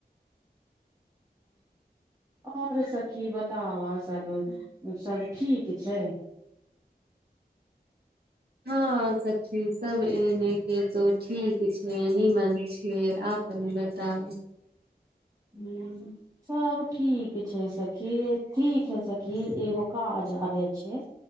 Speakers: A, on the right; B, on the right.
A: और सखी बताव सब। सभ ठीक छै।
B: हँ। सची सब एने। से तो ठीक छ। निमन छै आपने बताउ।
A: हम्म। तब ठीक छै सखी ठीक है सखी एगो। का जा र छै,